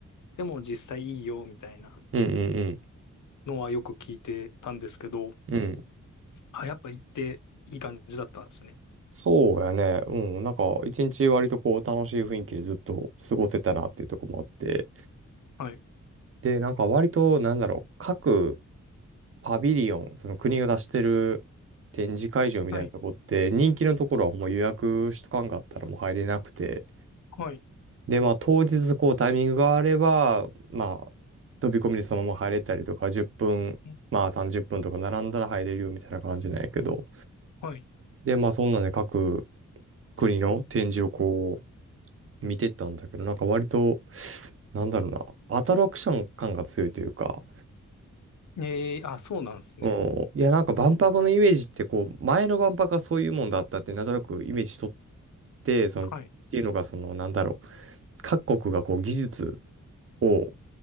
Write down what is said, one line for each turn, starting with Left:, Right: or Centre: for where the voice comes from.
Left: でも実際いいよ、みたいな
Right: うん。うん
Left: のはよく聞いてたんですけど、
Right: うん。
Left: あ、やっぱ行っていい感じだったんですね。
Right: そうやね。うん。なんか、一日割とこう、楽しい雰囲気でずっと過ごせたなっていうところもあって。
Left: はい、
Right: で、なんか割と、なんだろう、各パビリオン、その国が出してる展示会場みたいなとこって、
Left: はい、
Right: 人気のところはほんま予約しとかんかったらもう入れなくて。
Left: はい、
Right: で、まあ当日こうタイミングがあれば、まあ飛び込みでそのまま入れたりとか、10分、
Left: うん
Right: まあ30分とか並んだら入れるよみたいな感じなんやけど。
Left: はい。
Right: で、まあそんなんで各国の展示をこう見てったんだけど、なんか割と、なんだろうな、アトラクション感が強いというか、
Left: ええあ、そうなんですね。
Right: うんいや、なんか万博のイメージって、こう、前の万博がそういうもんだったって、なんとなくイメージしとって、その、
Left: はい、
Right: っていうのが、その、なんだろう、各国がこう、技術を、